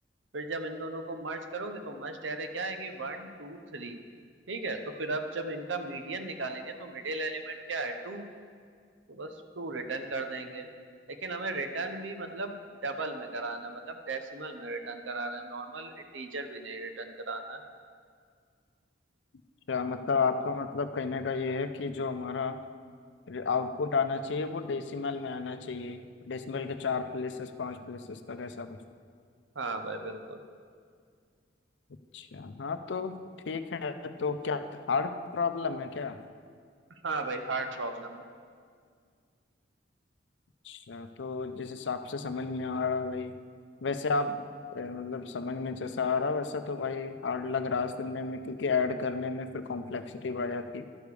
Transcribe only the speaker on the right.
फिर जब इन दोनों को मर्ज करोगे तो मर्ज डायरे क्या है कि वन टू थ्री ठीक है तो फिर अब जब इनका मीडियन निकालेंगे तो मिडिल एलिमेंट क्या है टू तो बस टू रिटर्न कर देंगे लेकिन हमें रिटर्न भी मतलब डबल में कराना है, मतलब डेसिमल में रिटर्न कराना है नॉर्मल इंटीजर भी नहीं रिटर्न कराना है।
हाँ भाई बिल्कुल
हाँ भाई हार्ड प्रॉब्लम है